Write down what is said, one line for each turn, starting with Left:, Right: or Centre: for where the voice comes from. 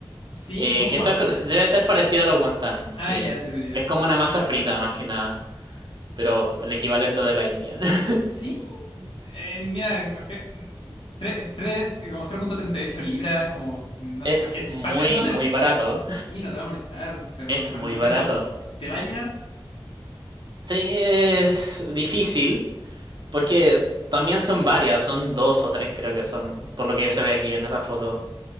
Left: sí,
Right: Eh,
Left: con
Right: que
Left: guantán.
Right: esto co- debe ser parecido a los wonton, sí.
Left: Ah, ya, sí, sí, ya.
Right: Es como una masa frita más que nada, pero el equivalente de la India. <laughs>
Left: Sí, eh, mira, eh, tre- tre- como cero punto treinta y ocho libras, como, no,
Right: Es
Left: ¿pa' qué?
Right: muy,
Left: Pa- eh, no te,
Right: muy barato.
Left: es- sí, no te va a molestar, pero
Right: Es
Left: al
Right: muy
Left: mismo
Right: barato.
Left: tiempo te va a llenar.
Right: Sí, es difícil, porque también son varias, son dos o tres creo que son, por lo que se ve aquí en esta foto.